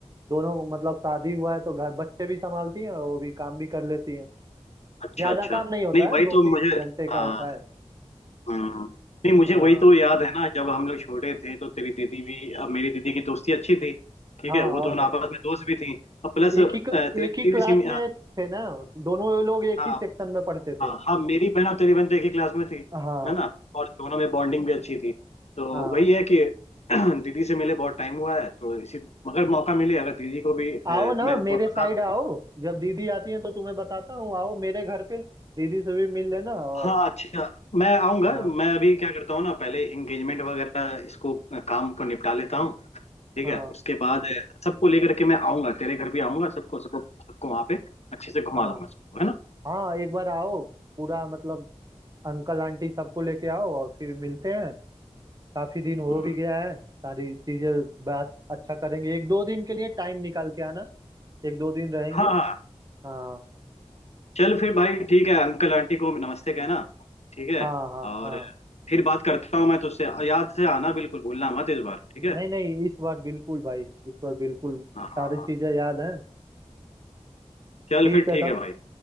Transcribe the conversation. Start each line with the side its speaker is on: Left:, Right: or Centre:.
Right: दोनों मतलब शादी हुआ है तो घर बच्चे भी संभालती हैं और वो भी काम भी कर लेती हैं
Left: अच्छा
Right: ज्यादा
Left: अच्छा
Right: काम नहीं होता
Left: नहीं
Right: है
Left: वही
Right: दो
Left: तो
Right: तीन
Left: मुझे
Right: घंटे का
Left: हाँ
Right: होता है
Left: हम्म, नहीं मुझे
Right: हाँ
Left: वही तो याद है ना जब हम लोग छोटे थे तो तेरी दीदी भी अब मेरी दीदी की दोस्ती अच्छी थी ठीक
Right: हाँ
Left: है वो
Right: और
Left: दोनों
Right: क्या
Left: आपस में दोस्त भी थी और प्लस तेरी
Right: एक ही एक
Left: दीदी
Right: ही क्लास
Left: भी सीन
Right: में
Left: हाँ
Right: थे ना दोनों ये लोग एक
Left: हाँ
Right: ही सेक्शन में पढ़ते
Left: हाँ
Right: थे
Left: हाँ, मेरी बहन और तेरी बहन तो एक ही क्लास में थी
Right: हाँ
Left: है ना और दोनों में बॉन्डिंग भी अच्छी थी तो
Right: हाँ
Left: वही है कि <clears throat> दीदी से मिले बहुत टाइम हुआ है तो इसी मगर मौका मिले अगर दीदी को भी अ,
Right: आओ ना
Left: मैं ब-
Right: मेरे
Left: बता
Right: साइड
Left: दूंगा
Right: आओ जब दीदी आती है तो तुम्हें बताता हूँ आओ मेरे घर पे दीदी से भी मिल लेना और
Left: हाँ अच्छा मैं आऊंगा
Right: हाँ
Left: मैं अभी क्या करता हूँ ना पहले एंगेजमेंट वगैरह इसको काम को निपटा लेता हूँ ठीक
Right: हाँ
Left: है उसके बाद सबको लेकर के मैं आऊंगा तेरे घर भी आऊंगा सबको सबको सबको वहाँ पे अच्छे से घुमा
Right: हाँ
Left: दूंगा सबको है ना
Right: हाँ एक बार आओ पूरा मतलब अंकल आंटी सबको लेके आओ और फिर मिलते हैं काफी दिन हो
Left: हम्म।
Right: भी गया है सारी चीजें बात अच्छा करेंगे एक दो दिन के लिए टाइम निकाल के आना एक दो दिन रहेंगे
Left: हाँ हाँ
Right: हाँ
Left: चल फिर भाई ठीक है अंकल आंटी को नमस्ते कहना ठीक है
Right: हाँ हाँ
Left: और
Right: हाँ
Left: फिर बात करता हूँ मैं तुझसे याद से आना बिल्कुल भूलना मत इस बार ठीक
Right: नहीं
Left: है
Right: नहीं इस बार बिल्कुल भाई इस बार बिल्कुल
Left: हाँ हाँ
Right: सारी चीजें
Left: हाँ।
Right: याद हैं
Left: चल
Right: ठीक
Left: फिर
Right: है
Left: ठीक
Right: तब
Left: है भाई